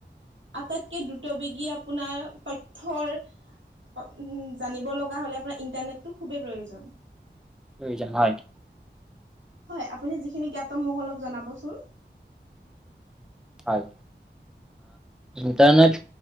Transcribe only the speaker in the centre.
প্ৰয়োজন হয়।
হয় ইণ্টাৰনেট